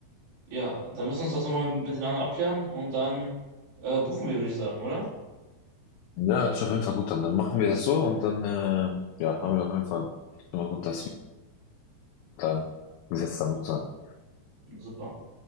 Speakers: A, on the right (about 90°); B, on the left (about 85°).
A: Ja, dann müssen wir uns das nochmal miteinander abklären und dann äh, buchen wir, würde ich sagen, oder?
B: Ja, hört sich auf jeden Fall gut an. Dann machen wir das so und dann äh, ja, haben wir auf jeden Fall schon mal gut, dass wir dann gesetzt haben sozusagen.
A: Super.